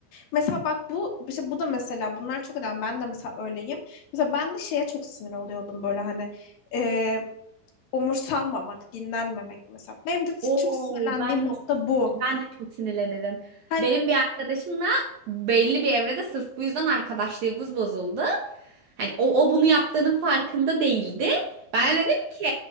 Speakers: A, on the left (about 70°); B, on the right (about 70°).
A: Mesela bak bu işte bu da mesela bunlar çok önemli. Ben de mesela öyleyim. Mesela ben de şeye çok sinir oluyordum böyle hani e, umursanmamak, dinlenmemek mesela. Benim de
B: Oo
A: çok sinirlendiğim
B: ben
A: nokta bu.
B: ben de çok sinirlenirim.
A: Hani,
B: Benim bir arkadaşımla belli bir evrede sırf bu yüzden arkadaşlığımız bozuldu. Hani o, o bunu yaptığının farkında değildi. Ben
A: Hı hı,
B: de dedim ki